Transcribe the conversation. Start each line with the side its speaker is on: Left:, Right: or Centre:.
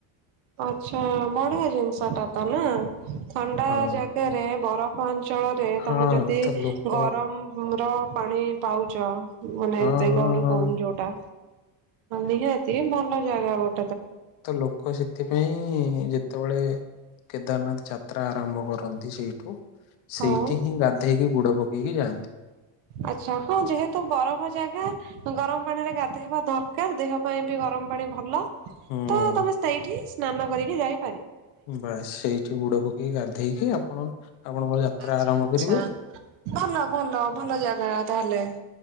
Right: ଆଛା ବଢିଆ ଜିନିଷ ଟା ତ ନା ଥଣ୍ଡା
Left: ହଁ
Right: ଜାଗାରେ ବରଫ ଅଞ୍ଚଳରେ
Left: ହଁ
Right: ତମେ ଯଦି
Left: ତ ଲୋକ
Right: ଗରମ ର ପାଣି ପାଉଚ ମାନେ
Left: ହଁ
Right: ଏତେ
Left: ହଁ
Right: ଗୌର
Left: ହଁ
Right: କୁଣ୍ଡ ଯୋଉଟା ନିହାତି ଭଲ ଜାଗା ଗୋଟ
Left: ତ ଲୋକ ସେଥିପାଇଁ ଯେତେବେଳେ କେଦାରନାଥ ଯା ଯାତ୍ରା ଆରମ୍ଭ କରନ୍ତି ସେଇଠୁ ସେଇଠି
Right: ହଉ
Left: ହିଁ ଗାଧେଇକି ବୁଡ ପକେଇକି ଯାଆନ୍ତି।
Right: ଆଛା ହଁ ଯେହେତୁ ବରଫ ଜାଗା ଗରମ ପାଣି ରେ ଗାଧେଇବା ଦରକାର ଦେହ ପାଇଁ ବି ଗରମ ରମ ଭଲ
Left: ହୁଁ
Right: ତ ତମେ ସେଇଠି ସ୍ନାନ କରିକି ଯାଇ
Left: ବାସ୍ ସେଇଠି ବୁଡ ପକେଇକି ଗାଧେଇକି ଆପଣ ଆପଣଙ୍କ ଯାତ୍ରା
Right: ଆଚ୍ଛା
Left: ଆରମ୍ଭ
Right: ଆଚ୍ଛା
Left: କରିବେ।
Right: ଭଲ ଭଲ ଭଲ ଜାଗା ତାହେଲେ